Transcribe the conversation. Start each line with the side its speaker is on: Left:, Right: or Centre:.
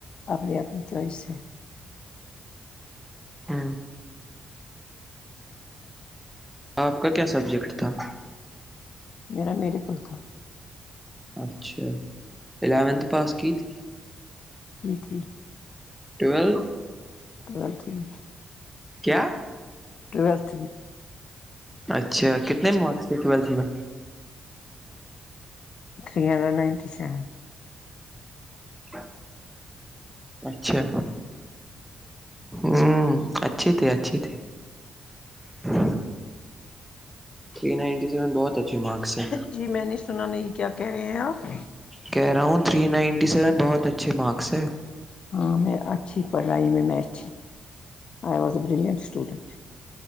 Left: آپ نے اپنی چوائس ہے
Centre: ہ آپ کا کیا سبجیکٹ تھا
Left: میرا میڈیکل تھا
Centre: اچھا الیونتھ پاس کی تھی
Left: <unintelligible>
Centre: ٹویلت
Left: چل ٹھیک
Centre: کیا
Left: ٹویلت
Centre: اچھا کتنے مارکس تھے ٹویلتھ میں
Left: تھری ہنڈریڈ نائنٹی سیون
Centre: ا اچھا ہوں اچھی تھی اچھی تھی ہ تھری نائنٹی سیون بہت اچھی مارکس ہے
Left: جی میں نے سنا نہیں کیا کہہ رہے ہیں آپ
Centre: کہہ رہا ہوں تھری نائنٹی سیون بہت اچھے مارکس ہیں
Left: ہاں میں اچھی پڑھائی میں میں اچھی تھی I was a brilliant student